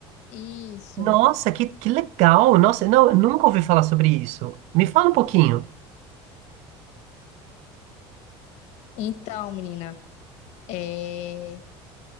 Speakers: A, on the left; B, on the right.
A: Isso.
B: Nossa, que, que legal! Nossa, não, eu nunca ouvi falar sobre isso. Me fala um pouquinho.
A: Então, menina, é...